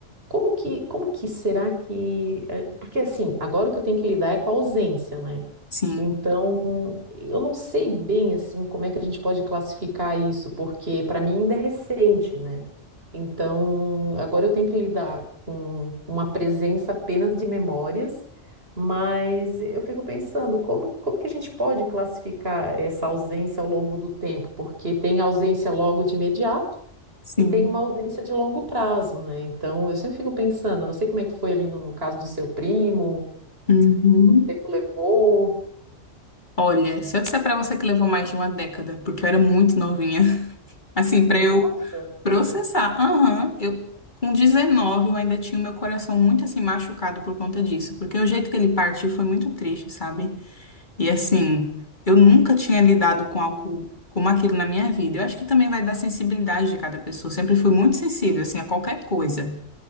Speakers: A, on the right; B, on the left.
A: como que, como que será que. eh, Porque assim, agora o que eu tenho que lidar é com a ausência, né?
B: sim,
A: Então, eu não sei bem assim como é que a gente pode classificar isso, porque para mim ainda é recente, né? Então, agora eu tenho que lidar com uma presença apenas de memórias, mas eu fico pensando como, como que a gente pode classificar essa ausência ao longo do tempo, porque tem ausência logo de imediato
B: sim.
A: e tem uma ausência de longo prazo, né? Então, eu sempre fico pensando, eu não sei como é que foi ali no, no caso do seu primo,
B: Uhum.
A: quanto tempo levou.
B: Olha, se eu disser pra você que levou mais de uma década, porque eu era muito novinha. Assim,
A: Nossa.
B: para eu processar. Aham, eu com 19 eu ainda tinha o meu coração muito assim machucado por conta disso, porque o jeito que ele partiu foi muito triste, sabe? E assim, eu nunca tinha lidado com algo como aquilo na minha vida. Eu acho que também vai da sensibilidade de cada pessoa. Eu sempre fui muito sensível assim a qualquer coisa.